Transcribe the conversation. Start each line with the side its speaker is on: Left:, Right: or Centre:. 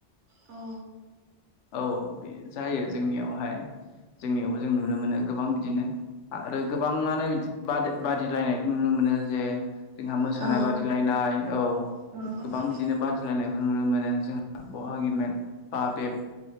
Right: औ।
Left: औ बे जायो जोंनियावहाय जोंनियावबो जों नुनो मोनो। गोबां बिदिनो आरो गोबाङानो बिदि बादि बादिलायनायखौ नुनो मोनो जे। जोंहा मोसानाय
Right: औ
Left: बादिलायनाय औ
Right: औ
Left: गोबां बिदि। बिदिनो बादिलायनायखौ नुनो मोनो जोंहा बहागि म बा बेब